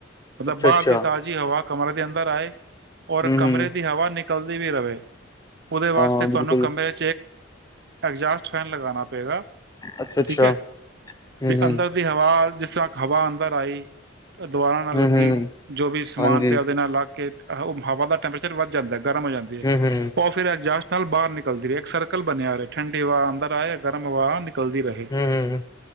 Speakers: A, on the right; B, on the left.
A: ਮਤਲਬ
B: ਅੱਛਾ
A: ਬਾਹਰ
B: ਅੱਛਾ
A: ਦੀ ਤਾਜ਼ੀ ਹਵਾ ਕਮਰੇ ਦੇ ਅੰਦਰ ਆਏ।
B: ਹੂੰ
A: ਔਰ ਕਮਰੇ
B: ਹੂੰ
A: ਦੀ ਹਵਾ ਨਿਕ ਨਿਕਲਦੀ ਵੀ ਰਹੇ ਉਹਦੇ ਵਾਸਤੇ
B: ਹਾਂ
A: ਤੁਹਾਨੂੰ
B: ਬਿਲਕੁਲ
A: ਕਮਰੇ ਐਗਜਾਸਟ ਫੈਨ ਲਗਾਨਾ ਤਾਂ ਪਏਗਾ
B: ਅੱਛਾ ਅੱਛਾ
A: ਠੀਕ ਏ
B: ਹੂੰ
A: ਵੀ
B: ਹੂੰ
A: ਅੰਦਰ ਦੀ ਹਵਾ ਜਿਸ ਤਰ੍ਹਾਂ ਹਵਾ ਅੰਦ ਆਈ ਦੁਬਾਰਾਂ ਨਾਲ
B: ਹੂੰ
A: ਲੱਗੀ
B: ਹੂੰ
A: ਜੋ ਵੀ ਸਮਾਨ
B: ਹਾਂਜੀ
A: ਪਿਆ ਉਹਦੇ ਨਾਲ ਲੱਗ ਕੇ। ਉਹ ਹਵਾ ਦਾ ਟੈਂਪਰੇਚਰ ਵੱਧ ਜਾਂਦਾ। ਗਰਮ ਹੋ ਜਾਂਦੀ ਏ
B: ਹੂੰ ਹੂੰ
A: ਉਹ ਫਿਰ ਐਜਸਟ ਨਾਲ ਬਾਹਰ ਨਿਕਲ <unintelligible> ਸਰਕਲ ਬਣਿਆ ਰਹੇ। ਠੰਡੀ ਹਵਾ ਅੰਦਰ ਆਏ ਗਰਮ ਹਵਾ ਨਿਕਲ ਨਿਕਲਦੀ ਰਹੇ।
B: ਹੂੰ ਹੂੰ